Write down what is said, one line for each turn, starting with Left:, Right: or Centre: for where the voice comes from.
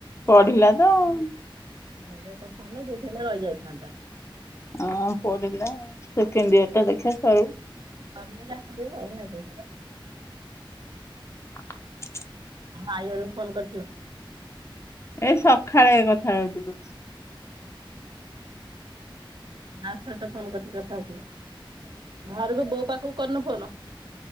Left: ପଢିଲା ତ ଆଉ।
Right: ହେରା କରିଥାନ୍ତା ଯୋଉଠି ହେଲେ ରହିଯାଇ ଥାନ୍ତା।
Left: ହଁ ପଢିଲା ସେକେଣ୍ଡ ଇୟର ଟା ଦେଖିବା ସରୁ।
Right: କ ଯାହା ଦେଖିବ ଆଉ ନାଇ କି?
Left: <inaudible>
Right: ହଁ ଆଈ ଘରକୁ ଫୋନ କରିଥିଲୁ?
Left: ଏ ସକାଳେ କଥା ହଉଥିଲୁ।
Right: <inaudible> ବା ସାର୍ ତ ଫୋନ କରିଛି କଥା ହଉଥିଲୁ। ଘରକୁ ବୋଉ ପାଖକୁ କରିନୁ ଫୋନ।